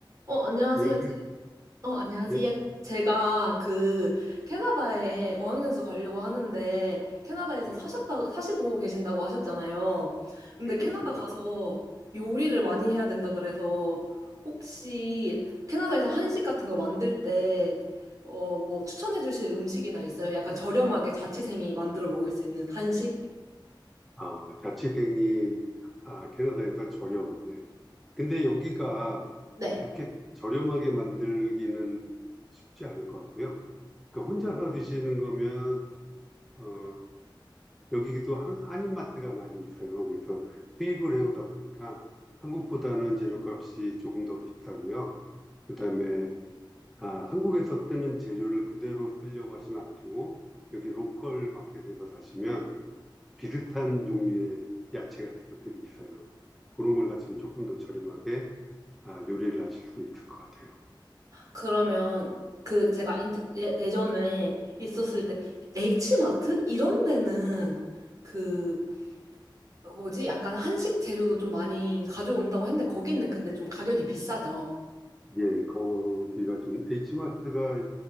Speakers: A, on the right (about 45°); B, in the centre.
A: 어, 안녕하세요.
B: 안녕하세요.
A: 어, 안녕하세요.
B: 예,
A: 제가 그 캐나다에 어학연수 가려고 하는데 캐나다에서
B: 네,
A: 사셨다 사시고 계신다고 하셨잖아요. 근데
B: 네,
A: 캐나다
B: 그렇습니다.
A: 가서 요리를 많이 해야 된다 그래서 혹시 캐나다에서 한식 같은 거 만들 때 어, 뭐 추천해 주실 음식이나 있어요? 약간 저렴하게 자취생이 만들어 먹을 수 있는 한식?
B: 아, 자취생이 아, 캐나다에서 저렴하게. 근데 여기가
A: 네.
B: 그렇게 저렴하게 만들기는 쉽지 않을 것 같고요. 그 혼자서 드시는 거면 어, 여기도 한, 한인마트가 많이 있어요. 그래서 수입을 해오다 보니까 한국보다는 재료값이 조금 더 비싸고요. 그다음에 아, 한국에서 쓰는 재료를 그대로 쓰려고 하시면 안 되고 여기 로컬 마켓에서 사시면 비슷한 종류의 야채 같은 것들이 있어요. 그런 걸 하시면 조금 더 저렴하게 아, 요리를 하실 수 있을 것 같아요.
A: 그러면 그 제가 인터- 예, 예전에 있었을 때 H마트 이런 데는 그 뭐지 약간 한식 재료도 좀 많이 가져온다고 했는데 거기는 근데 좀 가격이 비싸죠.
B: 예, 거기가 좀 H마트가